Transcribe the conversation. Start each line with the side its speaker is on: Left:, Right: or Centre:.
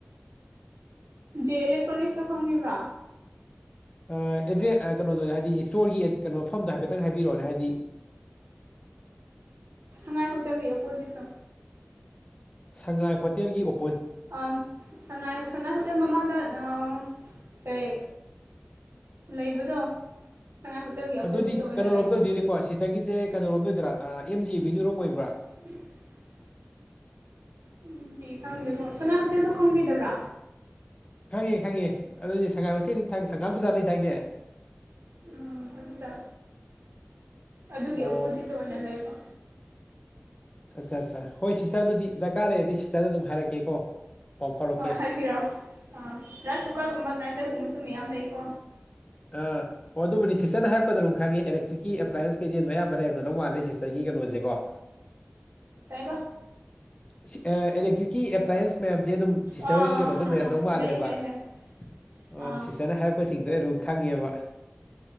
Right: ꯖꯦ ꯑꯦꯂꫭꯇ꯭ꯔꯣꯅꯤꯛꯁꯇꫭ ꯗꯪꯕꯤꯕꯔꫭ
Left: ꯑꯥ ꯑꯦꯗ꯭ꯔꯦ ꯀꯩꯅꯣꯗꯣ ꯍꯥꯏꯗꯤ ꯏꯁꯇꯣꯔꯒꯤ ꯀꯩꯅꯣ ꯃꯐꯝꯗꯣ ꯍꯥꯏꯐꯦꯠꯇꯪ ꯍꯥꯏꯕꯤꯔꯛꯑꯣꯅꯦ ꯍꯥꯏꯗꯤ
Right: ꯁꯉꯥꯏ ꯍꯣꯇꯦꯜꯒꯤ ꯑꯣꯄꯣꯖꯤꯠꯇꯣ
Left: ꯁꯉꯥꯏ ꯍꯣꯇꯦꯜꯒꯤ ꯑꯣ
Right: ꯑꯥ ꯁꯉꯥꯏ ꯁꯉꯥꯏ ꯍꯣꯇꯦꯜ ꯃꯃꯥꯡꯗ ꯑꯥ.. ꯁꯤꯠ ꯀꯩ ꯂꯩꯕꯗꯣ ꯁꯉꯥꯏ ꯍꯣꯇꯦꯜꯒꯤ ꯑꯄꯣꯖꯤꯠꯇ
Left: ꯑꯗꯨꯗꯤ
Right: ꯑꯣꯏꯅ
Left: ꯀꯩꯅꯣꯔꯣꯝꯗ
Right: ꯂꯩꯕ
Left: ꯑꯣꯏꯗꯣꯏꯅꯦꯀꯣ ꯁꯤꯁꯇꯔꯒꯤꯖꯦ ꯀꯩꯅꯣꯔꯣꯝꯗ ꯑꯣꯏꯗꯣꯏꯔꯥ ꯑꯦꯝ ꯖꯤ ꯏꯕꯤꯅ꯭ꯌꯨꯔꯣꯝ ꯑꯣꯏꯕ꯭ꯔꯥ
Right: <unintelligible> ꯑꯦꯝ ꯖꯤ ꯈꯪꯗꯦꯕꯣ ꯁꯉꯥꯏ ꯍꯣꯇꯦꯜꯗꯣ ꯈꯪꯕꯤꯗꯕ꯭ꯔꯥ
Left: ꯈꯪꯉꯦ ꯈꯪꯉꯦ ꯑꯗꯨꯗꯤ ꯁꯉꯥꯏ ꯍꯣꯇꯦꯜꯗꯤ ꯊꯪꯒꯥꯜ ꯕꯖꯥꯔ ꯂꯩꯗꯥꯏꯅꯦ
Right: ꯎꯝ ꯑꯗꯨꯗꯥ ꯑꯗꯨꯒꯤ
Left: ꯑꯣ
Right: ꯑꯣꯄꯣꯖꯤꯠꯇ ꯑꯣꯏꯅ ꯂꯩꯕ
Left: ꯑꯠꯆꯥ ꯑꯠꯆꯥ ꯍꯣꯏ ꯁꯤꯁꯇꯔꯗꯨꯗꯤ ꯗꯔꯀꯥꯔ ꯂꯩꯔꯗꯤ ꯁꯤꯁꯇꯔꯗ ꯑꯗꯨꯝ ꯍꯥꯏꯔꯛꯀꯦꯀꯣ ꯄꯥꯎ ꯐꯥꯎꯔꯛꯀꯦ
Right: ꯍꯣꯏ ꯍꯥꯏꯕꯤꯔꯣ ꯑꯥ ꯔꯥꯏꯁ ꯀꯨꯀꯔꯒꯨꯝꯕ ꯒ꯭ꯔꯥꯏꯟꯗꯔꯒꯨꯝꯕꯁꯨ ꯃꯌꯥꯝ ꯂꯩꯀꯣ
Left: ꯑ ꯑꯣ ꯑꯗꯨꯕꯨꯗꯤ ꯁꯤꯁꯇꯔ ꯍꯥꯏꯔꯛꯄꯗ ꯑꯗꯨꯝ ꯈꯪꯉꯦ ꯑꯦꯂꯦꯛꯇ꯭ꯔꯤꯛꯀꯤ ꯑꯦꯄ꯭ꯂꯥꯏꯌꯦꯟꯁ ꯀꯩꯗꯤ ꯑꯌꯥꯝꯕ ꯂꯩꯔꯝꯒꯗꯧ ꯃꯥꯜꯂꯦ ꯁꯤꯁꯇꯔꯒꯤ ꯀꯩꯅꯣꯁꯦꯀꯣ
Right: ꯀꯩꯕ
Left: ꯁꯤ ꯑ ꯏꯂꯦꯛꯇ꯭ꯔꯤꯛꯀꯤ ꯑꯦ꯭ꯂꯥꯏꯟꯁ ꯃꯌꯥꯝ ꯖꯦ ꯑꯗꯨꯝ ꯁꯤꯁꯇꯔ
Right: ꯑꯥ
Left: ꯍꯣꯏꯒꯤ
Right: ꯑꯥ
Left: ꯀꯩꯅꯣꯗꯨꯝ ꯂꯩꯔꯝꯗꯧ
Right: ꯑꯥ
Left: ꯃꯥꯜꯂꯦꯕ
Right: ꯂꯩ ꯂꯩ
Left: ꯑꯣ
Right: ꯂꯩ ꯑꯥ
Left: ꯁꯤꯁꯇꯔꯅ ꯍꯥꯏꯔꯛꯄꯁꯤꯡꯗꯣ ꯑꯩ ꯑꯗꯨꯝ ꯈꯪꯉꯦꯕ